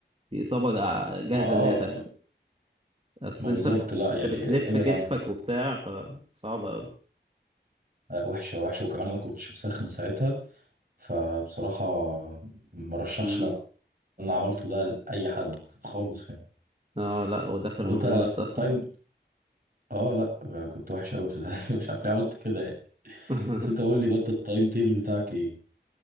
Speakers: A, on the right; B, on the right.
A: دي اصابة جا- جاهزة
B: ما اه
A: ان هي تحصل اصل
B: ما بالظبط
A: انت بت...
B: لا يعني
A: انت بتلف
B: ابعد
A: كتفك
B: عنها
A: وبتاع فصعب قوي
B: آه، وحشة وحشة وكمان انا كنتش مسخن ساعتها فبصراحة مرشحش
A: مم.
B: اللي انا عملته ده لأي حد خالص يعني
A: اه لا هو داخل
B: طب
A: من
B: انت
A: غير
B: أنت
A: ما تسخن
B: التايم اه لا آه، كنت وحش قوي <laughs> مش عارف ليه عملت كده يعني
A: <laughs>
B: بس انت قول لي بقى أنت التايم تيبل بتاعك ايه؟